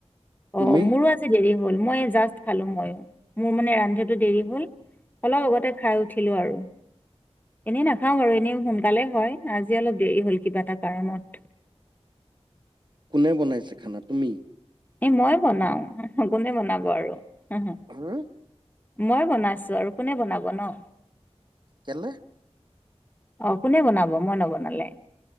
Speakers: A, on the right; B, on the left.
A: তুমি
B: অ মোৰো দেৰি হ'ল মই জাষ্ট খালো মই মোৰ মানে ৰান্ধাটো দেৰি হ'ল। অলপ আগতে খাই উঠিলো আৰু এনেই নাখাওঁ বাৰু এনেই সোনকালে হয় আজি অলপ দেৰি হ'ল কিবা এটা কাৰণত।
A: কোনে বনাইছে খানা তুমি?
B: এ মই বনাও কোনে বনাব আৰু হ হ।
A: হুম।
B: মই বনাইছো আৰু কোনে বনাব ন?
A: কেল?
B: অ কোনে বনাব মই নবনালে?